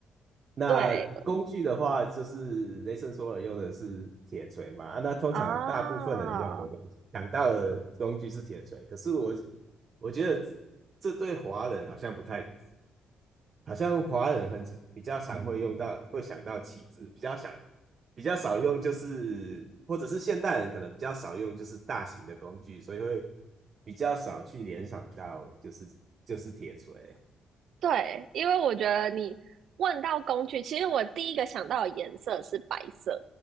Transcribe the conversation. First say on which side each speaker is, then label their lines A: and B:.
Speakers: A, on the right (about 45°); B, on the right (about 70°).
A: 那工具的话，
B: 对。
A: 就是雷神索尔用的是铁锤嘛，啊那通常大部分人用的东西，
B: 啊，
A: 想到的工具是铁锤，可是我我觉得这对华人好像不太好像华人很常比较常会用到，会想到棋子，比较想比较少用，就是或者是现代人可能比较少用，就是大型的工具，所以会比较少去联想到就是就是铁锤。
B: 对，因为我觉得你问到工具，其实我第一个想到的颜色是白色，